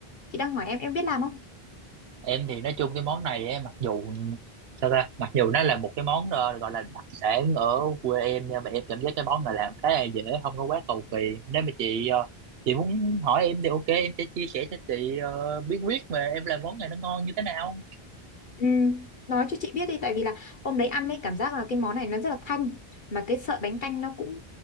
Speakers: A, on the left; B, on the right.
A: Chị đang hỏi em em biết làm không?
B: Em thì nói chung cái món này ấy, mặc dù sao ta, mặc dù nó là một cái món ờ, gọi là đặc sản ở quê em nhưng mà em cảm giác cái món này làm khá là dễ, không có quá cầu kỳ. Nếu mà chị ờ, chị muốn hỏi em thì ok, em sẽ chia sẻ cho chị ờ, bí quyết mà em làm món này nó ngon như thế nào.
A: Ừ. Nói cho chị biết đi tại vì là hôm đấy ăn ấy cảm giác là cái món này nó rất là thanh mà cái sợi bánh canh nó cũng